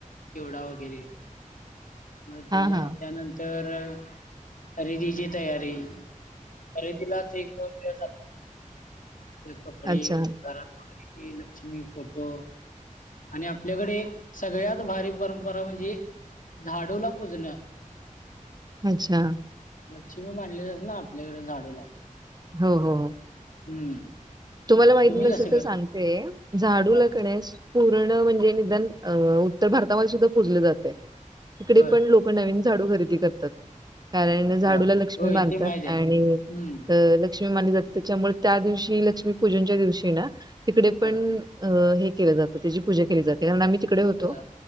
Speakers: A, on the left; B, on the right.
A: चिवडा वगैरे. मग
B: हा
A: त्याच्या
B: हा
A: त्यानंत तर खरेदीची तयारी, खरेदीलाच एक दोन दिवस जाता. ते कपडे
B: अच्छा
A: घरात वगैरे ते लक्ष्मी फोटो आणि आपल्याकडे सगळ्यात भारी परंपरा म्हणजे झाडूला पुजणं.
B: अच्छा
A: लक्ष्मी मानली जाते ना आपल्याकडे झाडू ला
B: हो हो हो
A: हम्म
B: तुम्हाला माहिती
A: तुम्ही
B: नसेल
A: कसं
B: तर
A: कर
B: सांगते झाडू ला
A: हा
B: क नई पूर्ण म्हणजे निदान उत्तर भारतामध्ये सुद्धा पूजले जाते. तीकडे
A: बर
B: पण लोक नवीन झाडू खरेदी करतात. कारण झाडूला
A: हा
B: लक्ष्मी
A: होय
B: मानतात
A: ते माहित आहे.
B: आणि
A: हम्म
B: अ लक्ष्मी मानली जाते तीच्यामुळे त्या दिवशी लक्ष्मीपूजनच्या दिवशी ना तिकडे पण
A: हा
B: अ हे केलं जातं त्याची पूजा केली जाते कारण आम्ही तिकडे होतो
A: हा